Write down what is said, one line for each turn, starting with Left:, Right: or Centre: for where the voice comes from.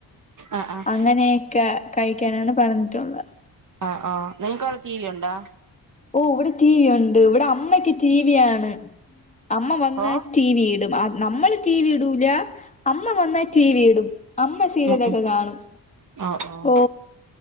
Right: ആഹ് ആഹ്
Left: അങ്ങനെയൊക്കെ കഴിക്കാനാണ് പറഞ്ഞിട്ടുള്ള
Right: ആഹ ആഹ നിങ്ങക്കവിടെ ടി വി ഉണ്ടോ
Left: ഓ ഇവിടെ ടിവി ഉണ്ട് ഇവിടെ അമ്മയ്ക്ക് ടിവിയാണ് അമ്മ വന്ന
Right: ആഹ്
Left: ടി വി ഇടും നമ്മള് ടി വി ഇടൂല്ല അമ്മ വന്നാൽ ടി വി ഇടും അമ്മ സീരിയലൊക്കെ
Right: ഉം ഉം
Left: കാണും
Right: ആഹ് ഓഹ്
Left: ഓ